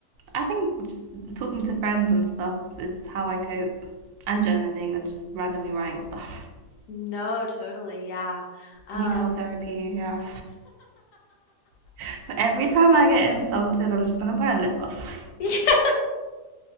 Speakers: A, on the right; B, on the left.
A: I think just talking to friends and stuff is how I cope, and journaling and just randomly writing stuff. <laughs>
B: No, totally. Yeah. Um
A: retail therapy, yeah. <laughs> but every time I get insulted, I'm just gonna buy a lip gloss.
B: <laughs> <laughs>